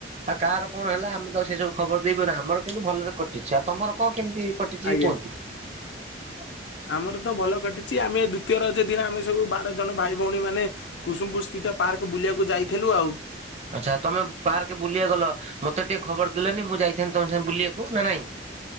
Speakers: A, on the right (about 35°); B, on the left (about 70°).
A: ଆଉ କାହାର କଣ ହେଲା ଆମେ ତ ଆ ସେ ସବୁ ଖବର ଦେଇପାରି ନା ଆମର କିନ୍ତୁ ଭଲରେ କଟିଛି ଆଉ ତମର କଣ କେମିତି କଟିଛି
B: ଆଜ୍ଞା।
A: <unintelligible>
B: ଆମର ତ ଭଲ କଟିଛି ଆମେ ଦୂତୀୟ ରଜ ଦିନ ଆମେ ସବୁ ବାର ଜଣ ଭାଇ ଭଉଣୀ ମାନେ କୁସୁମପୁର ସ୍ଥିତ ପାର୍କ ବୁଲିବାକୁ ଯାଇଥିଲୁ ଆଉ।
A: ଆଚ୍ଛା ତମେ ପାରକେ ବୁଲିଆ ଗଲ ମତେ ଟିକେ ଖବର ଦେଲନି ମୁଁ ଯାଇଥାନ୍ତିି ତମ ସାଙ୍ଗେ ବୁଲିବାକୁ ନା ନାଇଁ।